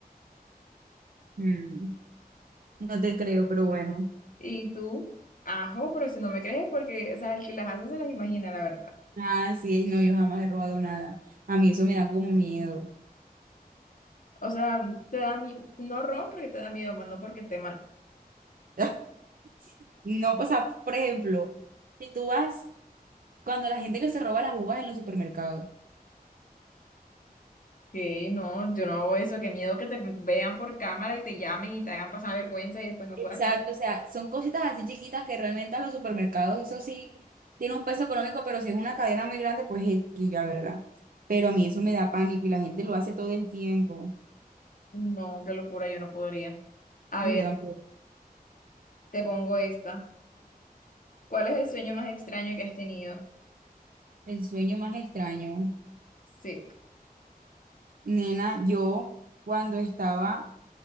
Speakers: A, on the right; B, on the left.
A: Mm, no te creo, pero bueno.
B: Y tú, ajo, pero si no me crees, porque, o sea, el que las hace se las imagina, la verdad.
A: Así es, no, yo jamás he robado nada. A mí eso me da como miedo.
B: O sea, te da miedo, no robas porque te da miedo, más no porque esté mal.
A: <laughs> No, o sea, por ejemplo. Si tú vas Cuando la gente que se roba las uvas en los supermercados.
B: Sí, no, yo no hago eso, qué miedo que te vean por cámara y te llamen y te hagan pasar vergüenza y después no
A: Exacto,
B: puedas.
A: o sea, son cositas así chiquitas que realmente a los supermercados, eso sí, tiene un peso económico, pero si es una cadena muy grande, pues X, ya, ¿verdad? Pero a mí eso me da pánico y la gente lo hace todo el tiempo.
B: No, qué locura, yo no podría. A
A: Yo
B: ver,
A: tampoco.
B: te pongo esta. ¿Cuál es el sueño más extraño que has tenido?
A: El sueño más extraño.
B: Sí.
A: Nena, yo cuando estaba